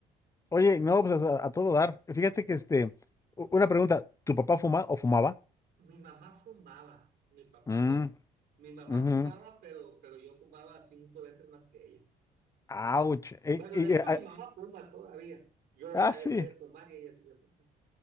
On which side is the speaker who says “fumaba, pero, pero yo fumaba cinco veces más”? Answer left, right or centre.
Right